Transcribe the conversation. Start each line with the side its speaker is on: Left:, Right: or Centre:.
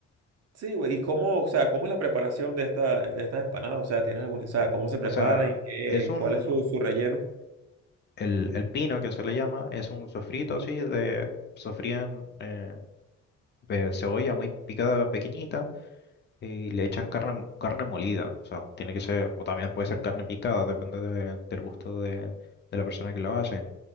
Right: Sí, güey, ¿y cómo, o sea, cómo es la preparación de esta, de de estas empanadas? O sea, ¿tienes algún, o sea, cómo se preparan
Left: O sea,
Right: y qué,
Left: es un,
Right: cuál es su, su relleno?
Left: el, el pino que se le llama, es un sofrito así de, sofrían eh, de cebolla muy picada, pequeñita, y le echan carne, carne molida. O sea, tiene que ser, o también puede ser carne picada, depende de- del gusto de, de la persona que lo hace.